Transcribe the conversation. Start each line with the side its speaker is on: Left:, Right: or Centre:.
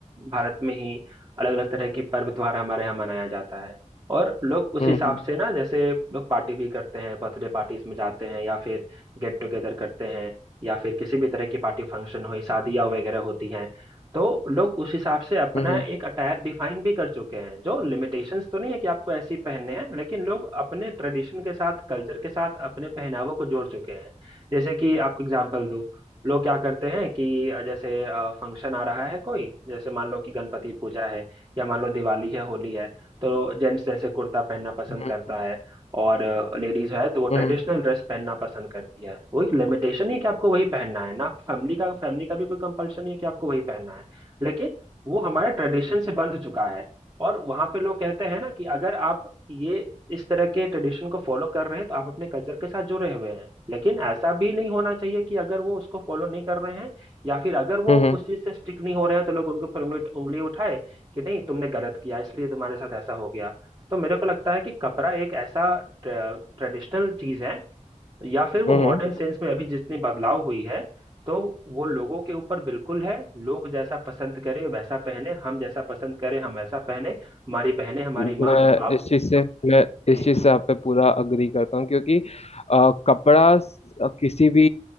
Right: भारत में ही अलग अलग तरह की पर्व त्योहार हमारे यहाँ मनाया जाता है और लोग उस
Left: हम्म
Right: हिसाब से ना जैसे लोग पार्टी भी करते हैं बर्थडे पार्टीज में जाते हैं या फिर गेट टुगेदर करते हैं या फिर किसी भी तरह की पार्टी फंक्शन हुई शादियाँ वगैरह होती हैं तो लोग उस हिसाब से अपना
Left: हम्म
Right: एक अटायर डिफाइन भी कर चुके हैं जो लिमिटेशंस तो नहीं है कि आपको ऐसे ही पहनने हैं लेकिन लोग अपने ट्रेडिशन के साथ कल्चर के साथ अपने पहनावों को जोड़ चुके हैं जैसे कि आपको एग्जाम्पल दूं लोग क्या करते हैं कि जैसे फंक्शन आ रहा है कोई जैसे मान लो कि गणपति पूजा है या मान लो दिवाली है होली है तो जेंट्स जैसे कुर्ता पहनना पसंद
Left: हम्म
Right: करता है और लेडीज है तो वो ट्रेडिशनल
Left: हम्म हम्म
Right: ड्रेस पहनना पसंद करती है वो एक लिमिटेशन नहीं है कि आपको वही पहनना है ना फैमिली का फैमिली का भी कोई कंपल्शन नहीं है कि आपको वही पहनना है लेकिन वो हमारे ट्रेडिशन से बंध चुका है और वहां पे लोग कहते हैं ना कि अगर आप ये इस तरह के ट्रेडिशन को फॉलो कर रहे हैं तो आप अपने कल्चर के साथ जुड़े हुए हैं लेकिन ऐसा भी नहीं होना चाहिए कि अगर वो उसको फॉलो नहीं कर रहे हैं या फिर अगर वो
Left: हम्म हम्म
Right: उस चीज से स्टिक नहीं हो रहे हैं तो लोग उनके ऊपर उंगली उंगली उठाए कि नहीं तुमने गलत किया इसलिए तुम्हारे साथ ऐसा हो गया तो मेरे को लगता है कि कपड़ा एक ऐसा ट्रेडिशनल चीज है या फिर वो
Left: हम्म
Right: मॉडर्न
Left: हम्म,
Right: सेंस में अभी जितनी बदलाव हुई है तो वो लोगों के ऊपर बिल्कुल है लोग जैसा पसंद करें वैसा पहने हम जैसा पसंद करें हम वैसा पहने हमारी बहनें हमारी
Left: मैं
Right: माँ आप
Left: इस चीज से
Right: हम
Left: मैं इस
Right: जी
Left: चीज से आप पे पूरा अग्री करता हूँ क्योंकि अ, कपड़ा स- अ, किसी भी